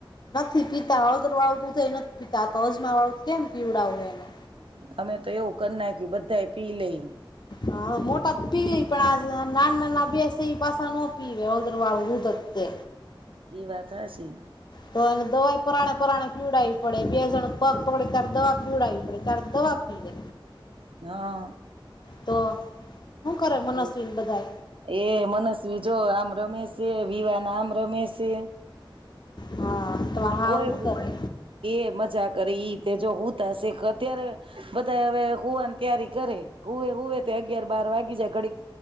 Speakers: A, on the left; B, on the right.
A: નથી પીતા હળદર વાળું દૂધ એય નથ પીતા, તો અજમા વાળું ત કેમ પીવડાવું એને?
B: અમે તો એવું કર નાયખું બધાય પી લઈ.
A: હા મોટા ત પી લઈ પણ આ નાના-નાના બે સે ઈ પાસા ન પીવે હળદર વાળું દૂધ જ તે.
B: ઈ વાત હાચી.
A: તો એને દવાય પરાણે-પરાણે પીવડાવી પડે, બે જણ પગ પકડે ત્યારે દવા પીવડાવી પડે ત્યારે ત દવા પીવે.
B: હા.
A: તો શું કરે મનસ્વીન
B: એ
A: બધાય
B: એ મનસ્વી જો આમ રમેશે વિયાના હામે રમેશે
A: હા તમારે હાવ
B: કોઈ
A: હું કરે
B: એ મજા કરી ઈ તે જો હુત શખ અત્યારે બધા હવે હુવાની તૈારી કરે હુવે હુવે તે અગિયાર બાર વાગી જાય ઘડીક